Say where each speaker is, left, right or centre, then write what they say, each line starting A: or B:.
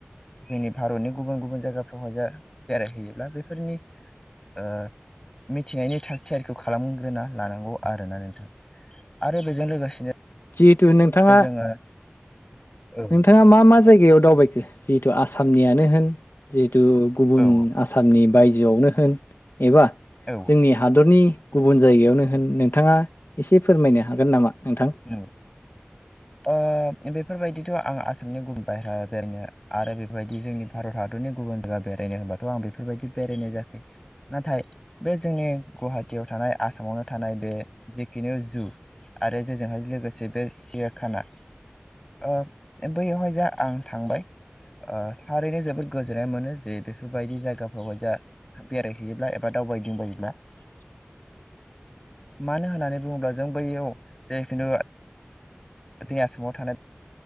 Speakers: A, on the left; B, on the left.
A: जोंनि भारतनि गुबुन गुबुन जायगाफ्रावहाय जा बेरायहैयोब्ला बेफोरनि ओ मिथिनायनि थाग थियारिखौ खालामग्रोना लानांगौ आरोना नोंथां। आरो बेजों लोगोसेनो।
B: जिहेतु नोंथाङा
A: जोङो औ
B: नोंथाङा मा मा जायगायाव दावबायखो? जिहेथु आसाम आसामनियानो होन जिहेतु गुबुन
A: औ
B: आसामनि बायजोआवनो होन एबा
A: औ
B: जोंनि हादरनि गुबुन जायगायावनो होन। नोंथाङा एसे फोरमायनो - हागोन नामा? नोंथां?
A: नोंगौ ओ बे- बेफोरबायदिथ' आं आसामनि गुबुन बाहेरा बेरायनो आरो बेफोरबायदि जोंनि भारत हादरनि गुबुन जायगा बेरायनो होन होनबाथ' आं बेफोरबायदि बेरायनाय जायाखै। नाथाय बे जोंनि गुवाहाटियाव थानाय आसामावनो थानाय बे जेखिनि जु आरो जेजोंहाय लोगोसे बे सिराखाना ओ बैयावहाय जा आं थांबाय ओ थारैनो जोबोद गोजोननाय मोनो जे बेफोरबायदि जायगाफ्रावहाय जा बेरायहैयोब्ला एबा दावबायदिंबायोब्ला
B: <inaudible>
A: मानो होननानै बुङोब्ला जों बैयाव जे खिनु जोंनि आसामाव थानाय